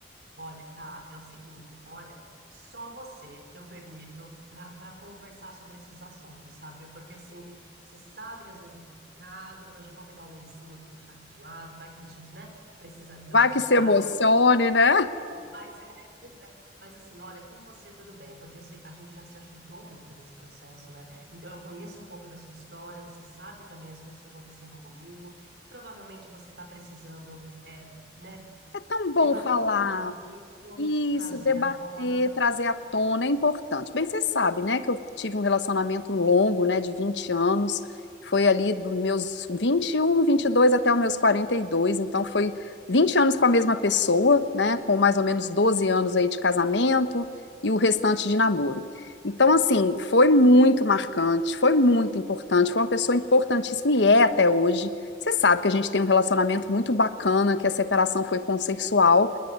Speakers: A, on the right; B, on the left.
A: Olha, tá, é o seguinte, olha, só você eu permito pra para conversar sobre esses assuntos, sabe? Porque assim, você sabe que às vezes é complicado, eu já vou pegar o lencinho aqui, deixar aqui de lado, vai que a gente, né, precisa ali dar
B: Vai
A: uma chorada
B: que se emocione, né?
A: Mas, é, pois é. Mas assim, olha, com você tudo bem, porque eu sei- a gente já se ajudou muito nesse processo, né? Então eu conheço um pouco da sua história, você sabe também as coisas que aconteceram comigo, e provavelmente você está precisando, é, né,
B: É tão bom
A: debater
B: falar.
A: um pouco isso,
B: Isso,
A: trazer
B: debater,
A: à tona.
B: trazer à tona é importante. Bem, você sabe, né, que eu tive um relacionamento longo, né, de 20 anos, foi ali dos meus vinte vinte e um, vinte e dois até os meus 42. então foi 20 anos com a mesma pessoa, né, com mais ou menos 12 anos aí de casamento e o restante de namoro. Então, assim, foi muito marcante, foi muito importante, foi uma pessoa importantíssima e é até hoje. Você sabe que a gente tem um relacionamento muito bacana, que a separação foi consensual,